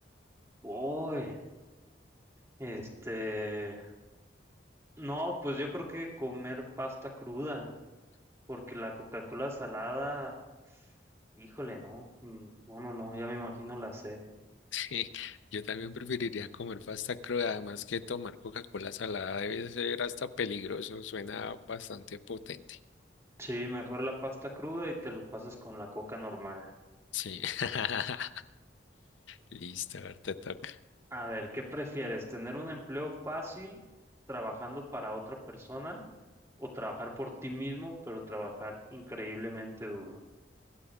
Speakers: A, on the right; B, on the left.
A: Uy, este, no, pues yo creo que comer pasta cruda. Porque la Coca-Cola salada, híjole, no, mm, no, no, no, ya me imagino la sed.
B: Sí, yo también preferiría comer pasta cruda, además que tomar Coca-Cola salada debe ser hasta peligroso, suena bastante potente.
A: Sí, mejor la pasta cruda y te lo pasas con la coca normal.
B: Sí, <laughs> listo, a ver, te toca.
A: A ver, ¿qué prefieres? ¿Tener un empleo fácil trabajando para otra persona o trabajar por ti mismo, pero trabajar increíblemente duro?